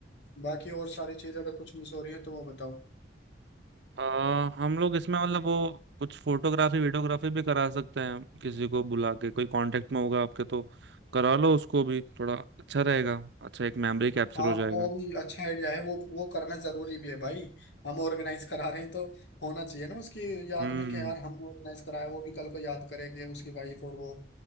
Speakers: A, on the left (about 75°); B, on the right (about 70°).
A: बाकी और सारी चीज अगर कुछ मिस हो रही है तो वो बताओ
B: अ, हम लोग इसमें मतलब वो कुछ फोटोग्राफी वीडियोग्राफी भी करा सकते हैं किसी को बुला के कोई कांटेक्ट में होगा आपके तो करा लो उसको भी थोड़ा अच्छा रहेगा अच्छा एक मेमोरी कैप्चर
A: हाँ
B: हो जाएगा
A: वो भी अच्छा आइडिया है वो वो करना जरूरी भी है भाई हम ऑर्गेनाइज करा रहे हैं तो होना चाहिए ना उसकी याद
B: हम्म
A: में कि यार हम ऑर्गेनाइज कराया वो भी कल को याद करेंगे उसकी वाइफ और वो